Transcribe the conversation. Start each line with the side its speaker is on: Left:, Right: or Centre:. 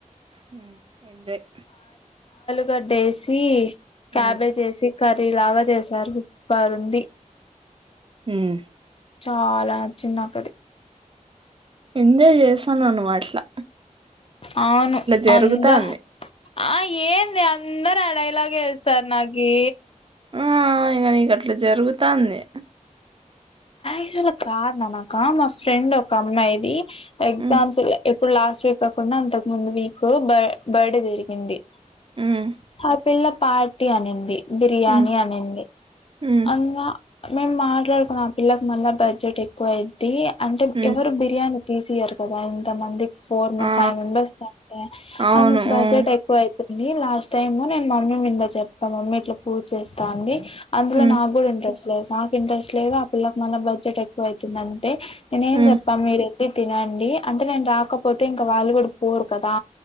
Right: హ్మ్ ఎంజాయ్
Left: గడ్డెసీ క్యాబే
Right: మ్మ్
Left: చేసి కర్రీ లాగా చేశారు సూపర్ రుంది
Right: హ్మ్మ్
Left: చాలా నచ్చింది నాకది
Right: ఎంజాయ్ చేస్తున్నావ్ నువ్అట్లా
Left: అవును
Right: జరుగుతాంది
Left: అంత ఆ ఏంది అందరు అడయిలాగ ఏస్తారు నాకి
Right: ఆ ఇంగ నీకు అట్లా జరుగుతాంది
Left: క్చుల్ ఒక కార్ నానాక మా ఫ్రెండ్ ఒక అమ్మాయిది ఎగ్జామ్స్
Right: మ్మ్
Left: ఇప్పుడు లాస్ట్ వీక్ కాకుండా అంతకు ముందు వీక్ బ బర్డే జరిగింది
Right: మ్మ్
Left: ఆ పిల్ల పార్టీ అనింది బిర్యానీ
Right: మ్మ్
Left: అనింది
Right: మ్మ్
Left: అకా మేము మాట కున్నా పిల్లకు మళ్ళా బడ్జెట్ ఎక్కువ అయిద్ది అంటే
Right: మ్మ్
Left: ఎవరు బిర్యానీ తీసీయారు కదా ఇంత మందికి ఫోర్
Right: ఆ
Left: ఫైవ్ మెంబర్స్ కంటే
Right: అవును
Left: అందుకు బడ్జెట్
Right: మ్మ్
Left: ఎక్కువ అవుతుంది లాస్ట్ టైము నేను మమ్మీ మింద చెప్తా మమ్మీ ఇట్లా పూజ చేస్తా అంది అందులో
Right: మ్మ్
Left: నాకు కూడా ఇంట్రెస్ట్ నాకు ఇంట్రెస్ట్ లేదు పిల్లకి మన బడ్జెట్ ఎక్కువ అవుతుంది అంటే నేను ఏం
Right: మ్మ్
Left: చెప్పా మీరు వెళ్ళి తినండి అంటే నేను రాకపోతే ఇంకా వాళ్ళు కూడా పోరు కదా